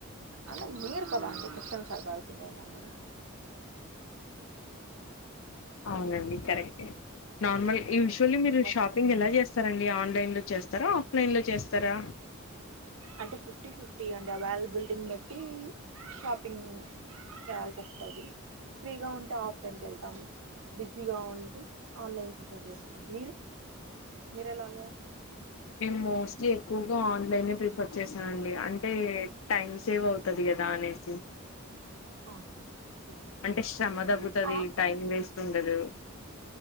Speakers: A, on the right; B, on the left.
A: అంటే మీరు కదా అండి క్వషన్స్ అడగాల్సింది నన్ను
B: అవునండి కరెక్టే నార్మల్ యూజువల్లీ మీరు
A: మర్చిపోయాను
B: షాపింగ్ ఎలా చేస్తారండ్ ఆన్లైన్ లో చేస్తారా ఆఫ్లైన్ లో చేస్తారా
A: అంటే ఫిఫ్టీ ఫిఫ్టీ అండి అవైలబిలిటీని బట్టి షాపింగ్ చేయాల్సి వస్తది. ఫ్రీగా ఉంటే ఆఫ్లైన్ కి వెళ్తాం బిజీగా ఉంటే ఆన్లైన్ ప్రిఫర్ చేస్తాం మీరు మీరెలాగా
B: మేము మోస్ట్లీ ఎక్కువగా ఆన్లైనే ప్రిఫర్ చేస్తానండి అంటే టైమ్ సేవ్ అవుతది కదా అనేసి
A: ఆహా ఓకే
B: అంటే శ్రమ తగ్గుతది
A: ఆ
B: టైం వేస్ట్ ఉండదు